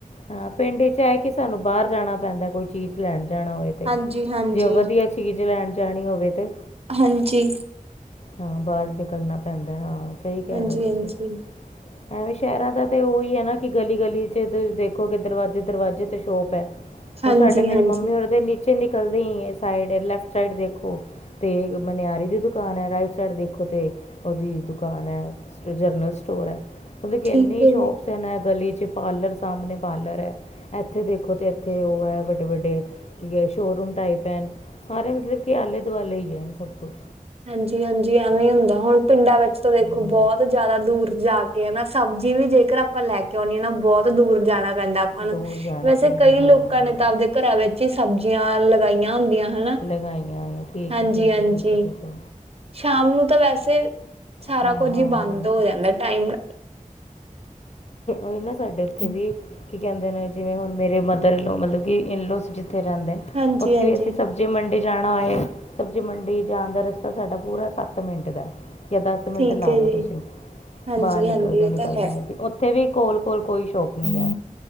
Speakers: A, on the left; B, on the right.
A: ਹਾਂ, ਪਿੰਡ ਚ ਐ ਕਿ, ਸਾਨੂੰ ਬਾਰ ਜਾਣਾ ਪੈਂਦਾ ਕੋਈ ਚੀਜ਼ ਲੈਣ ਜਾਣਾ ਹੋਏ। ਤੇ,
B: ਹਾਂਜੀ ਹਾਂਜੀ
A: ਜੇ ਵਦੀਆ ਚੀਜ ਲੈਣ ਜਾਣੀ ਹੋਵੇ, ਤੇ
B: ਹਾਂਜੀ
A: ਹਾਂ, ਬਾਰ ਨਿਕਲਨਾਂ ਪੈਂਦਾ, ਹਾਂ, ਸਈ ਕੇ
B: ਹਾਂਜੀ
A: ਰਏ ਓ ਤੁਸੀ।
B: ਹਾਂਜੀ
A: ਐਂਵੇ ਸ਼ੈਹਰਾਂ ਦਾ ਤੇ ਓਈ ਐ ਨਾ ਕਿ ਗਲੀ- ਗਲੀ 'ਚ ਤੁਸੀ ਦੇਖੋ ਕਿ ਦਰਵਾਜੇ -ਦਰਵਾਜੇ ਤੇ ਸ਼ੋਪ ਐ
B: ਹਾਂਜੀ
A: ਹੁਣ ਸਾਡੇ, ਮੇਰੀ
B: ਹਾਂਜੀ
A: ਮੰਮੀ ਹੋਰ ਦੇ ਨੀਚੇ ਨਿਕਲਦੇ ਈ, ਸਾਈਡ ਲੈਫਟ ਸਾਈਡ, ਦੇਖੋ ਓ, ਤੇ ਮਨੇਆਰੀ ਦੀ ਦੁਕਾਨ ਐ, ਰਾਈਟ ਸਾਈਡ ਦੇਖੋ ਤੇ ਓਦੀ ਦੁਕਾਨ ਐ ਜਨਰਲ ਸਟੋਰ ਐ। ਮਤਲਬ ਕਿ,
B: ਠੀਕ
A: ਇੰਨੀ
B: ਹੈ
A: ਸ਼ੋਪਸ
B: ਜੀ
A: ਐ ਗਲੀ 'ਚ ਪਾਰਲਰ, ਸਾਮਨੇ ਪਾਰਲਰ ਐ ਏਥੇ ਦੇਖ ਦੇਖੋ, ਤੇ ਇੱਥੇ ਓ ਐ ਵੱਡੇ -ਵੱਡੇ ਕੀ ਐ, ਸ਼ੋਰੂਮ ਟਾਈਪ ਐ ਨ, ਸਾਰੇ ਮਤਲਬ ਕਿ ਆਲੇ ਦੁਆਲੇ ਈ ਐ ਸਬ ਕੁਛ।
B: ਹਾਂਜੀ -ਹਾਂਜੀ, ਐਵੇਂ, ਹੁੰਦਾ ਹੁਣ ਪਿੰਡਾਂ ਵਿੱਚ ਤਾਂ, ਦੇਖੋ
A: ਹਾਂ
B: ਬਹੁਤ ਜਾਦਾ ਦੂਰ ਜਾ ਕੇ ਨਾ, ਸਬਜੀ ਵੀ ਜੇਕਰ ਆਪਾਂ ਲੈ ਕੇ ਆਉਣੀ ਐ ਨਾ, ਬੌਤ ਦੂਰ ਜਾਣਾ ਪੈਂਦਾ। ਆਪਾਂ ਨੂੰ,
A: ਦੂਰ ਜਾਣਾ
B: ਵੈਸੇ
A: ਪੈਂਦਾ
B: ਕਈ
A: ਹਾਂ
B: ਲੋਕਾਂ ਨੇ ਤਾਂ ਆਵਦੇ ਘਰਾਂ ਵਿੱਚ ਈ ਸਬਜੀਆਂ ਲਗਾਈਆਂ ਹੁੰਦੀਆਂ। ਹਨਾ
A: ਲਗਾਈਆਂ ਆਈਆਂ, ਠੀਕ
B: ਹਾਂਜੀ-ਹਾਂਜੀ
A: ਐ- ਠੀਕ ਐ, ਠੀਕ ਐ- ਠੀਕ ਐ।
B: ਸ਼ਾਮ ਨੂੰ ਤਾਂ, ਵੈਸੇ ਸਾਰਾ
A: ਹਾਂ
B: ਕੁਝ
A: ਹਾਂ
B: ਈ ਬੰਦ
A: ਹਾਂਜੀ
B: ਹੋ ਜਾਂਦਾ, ਟਾਈਮ
A: ਓਈ ਨਾ ਸਾਡੇ ਉੱਥੇ ਵੀ ਕੀ ਕੈੰਦੇ ਨੇ, ਜਿਵੇਂ ਹੁਨ ਮੇਰੇ ਮਦਰ ਇਨ ਲਾ, ਮਤਲਬ ਕਿ ਇਨ- ਲਾੱਸ, ਜਿੱਥੇ ਰੈੰਦੇ ਨ
B: ਹਾਂਜੀ-ਹਾਂਜੀ
A: ਉੱਥੇ ਵੀ ਅਸੀ ਸਬ ਸਬਜੀ ਮੰਡੀ ਜਾਣਾ ਹੋਏ, ਸਬਜ਼ੀ ਮੰਡੀ ਜਾਣ ਦਾ ਰਸਤਾ, ਸਾਡਾ ਪੂਰਾ ਸੱਤ ਮਿੰਟ ਦੈ। ਯਾ ਦਸ ਮਿੰਟ
B: ਠੀਕ
A: ਲਾ
B: ਹੈ
A: ਲੋ
B: ਜੀ
A: ਤੁਸੀਂ,
B: ਹਾਂਜੀ-ਹਾਂਜੀ
A: ਬਾਹਰ ਨਿਕਲਦੇ-
B: ਇਹ
A: ਨਿਕਲਦੇ।
B: ਤਾਂ ਹੈ
A: ਉੱਥੇ ਵੀ, ਕੋਲ- ਕੋਲ, ਕੋਈ ਸ਼ੋਪ ਨੀਂ ਐ।